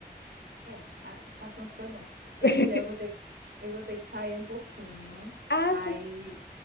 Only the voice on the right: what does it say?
É, a- o cartão tudo é bom. Ei,
mulher, eu vou ter, eu vou ter que sair um pouquinho.
Aí